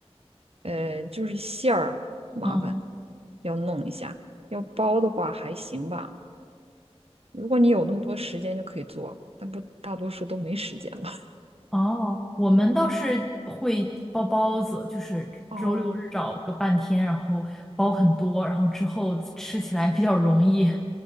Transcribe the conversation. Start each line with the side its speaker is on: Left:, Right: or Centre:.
Right: 呃，就是馅儿麻烦，
Centre: 嗯。
Right: 要弄一下。要包的话还行吧，如果你有那么多时间就可以做，但不大多数都没时间了。<laughs>
Centre: 哦，我们倒是会包包子，就是周六日找个半天，
Right: 哦，
Centre: 然后包很多，然后之后吃起来比较容易。